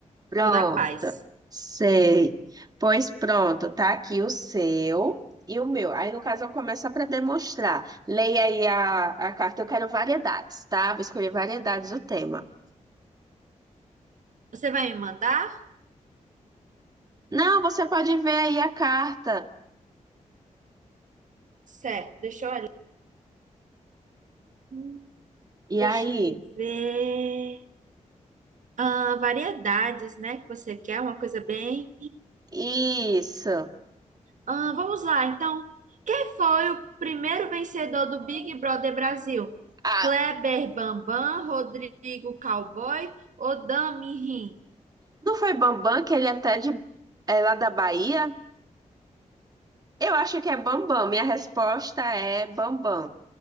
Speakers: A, on the right; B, on the right.
A: Pronto,
B: Toda a paz.
A: sei. Pois pronto, tá aqui o seu e o meu. Aí, no caso, eu começo para demonstrar. Leia aí a, a carta. Eu quero variedades, tá? Vou escolher variedades do tema.
B: Você vai me mandar?
A: Não, você pode ver aí a carta.
B: Certo, deixa eu olhar. Hum,
A: E
B: deixa
A: aí?
B: eu me ver. Ah, variedades, né? Que você quer, uma coisa bem.
A: Isso.
B: Ah, vamos lá, então. Quem foi o primeiro vencedor do Big Brother Brasil?
A: Ah,
B: Kleber Bambam, Rodrigo Cowboy ou Dami Rim?
A: não foi Bambam que ele é até de. É lá da Bahia? Eu acho que é Bambam. Minha resposta é Bambam.